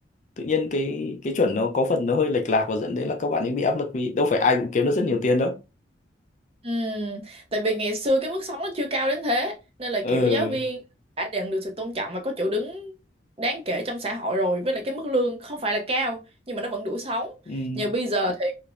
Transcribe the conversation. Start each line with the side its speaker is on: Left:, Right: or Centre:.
Left: tự nhiên cái cái chuẩn nó có phần nó hơi lệch lạc và dẫn đến là các bạn ấy bị áp lực vì đâu phải ai cũng kiếm được rất nhiều tiền đâu
Right: Ừ, tại vì ngày xưa cái mức sống nó chưa cao đến thế nên là
Left: ừ
Right: kiểu giáo viên đã nhận được sự tôn trọng và có chỗ đứng đáng kể trong xã hội rồi với lại cái mức lương không phải là cao nhưng mà nó vẫn đủ sống
Left: ừ
Right: nhờ bây giờ thì